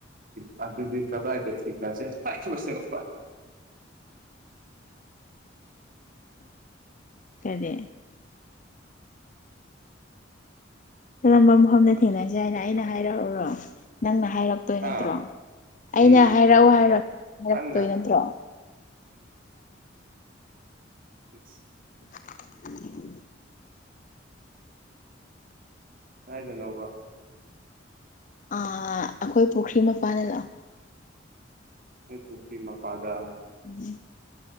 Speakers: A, on the right; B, on the left.
A: ꯊꯗꯤ ꯀꯗꯥꯥꯏꯗ ꯊꯁꯦ
B: ꯀꯔꯤ ꯀꯜꯂꯝꯕ ꯃꯐꯝꯗ ꯊꯦꯡꯅꯁꯦ ꯍꯥꯏꯅ ꯑꯩꯅ ꯍꯥꯏꯔꯛꯎꯔꯣ ꯅꯪꯅ ꯍꯥꯏꯔꯛꯇꯣꯏ ꯅꯠꯇ꯭ꯔꯣ
A: ꯑꯥ
B: ꯑꯩꯅ
A: ꯎꯝ
B: ꯍꯥꯏꯔꯛꯑꯣ ꯍꯥꯏꯔꯛꯑꯣ ꯍꯥꯏꯔꯛꯇꯣꯏ
A: ꯅꯪꯅ
B: ꯅꯠꯇ꯭ꯔꯣ
A: ꯀꯤꯗꯁ
B: <inaudible>
A: ꯍꯥꯏꯒꯅꯣꯕ
B: ꯑ ꯑꯩꯈꯣꯏ ꯄꯨꯈ꯭ꯔꯤ ꯃꯄꯥꯥꯟꯗ ꯂꯥꯛꯑꯣ
A: ꯑꯦ ꯇꯣꯄꯤ ꯃꯄꯥꯗ
B: ꯎꯝ